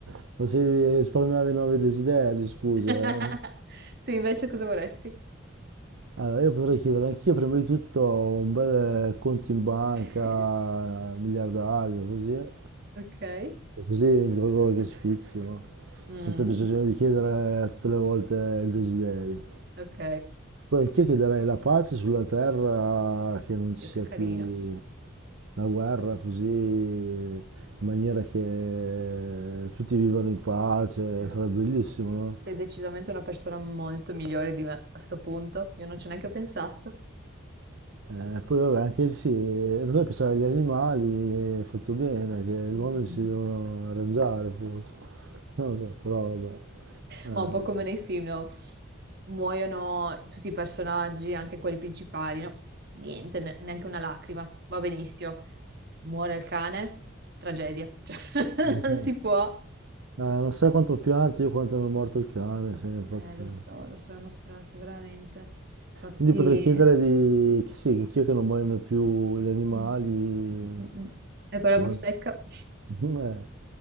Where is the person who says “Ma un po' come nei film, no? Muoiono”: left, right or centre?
Right